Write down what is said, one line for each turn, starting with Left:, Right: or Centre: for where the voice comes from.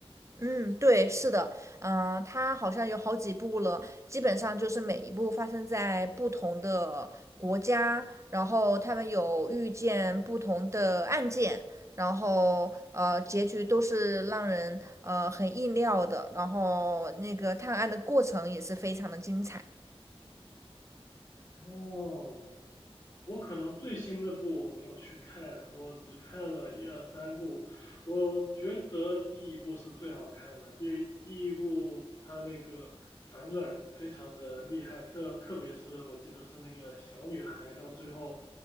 Right: 嗯，对，是的，嗯、它好像有好几部了，基本上就是每一部发生在不同的国家，然后他们有遇见不同的案件，然后呃，结局都是让人呃很意料的，然后那个探案的过程也是非常的精彩。
Left: 哦，我可能最新的部我没有去看，我只看了一二三部。我觉得第一部是最好看的，第第一部它那个反转非常的厉害，特特别是我记得是那个小女孩到最后